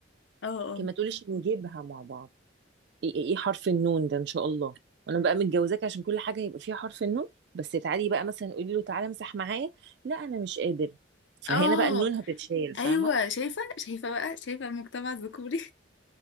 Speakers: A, on the left (about 70°); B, on the right (about 55°).
A: اه اه
B: لكن ما تقوليش نجيبها مع بعض ايه ايه إيه حرف النون ده ان شاء الله وانا بقى متجوزاك عشان كل حاجه يبقى فيها حرف النون بس تعالي بقى مثلا قولي له تعالى امسح معايا لا انا مش قادر فهنا
A: اه
B: بقى النون هتتشال فاهمه
A: ايوه شايفه شايفه بقى شايفه المجتمع الذكوري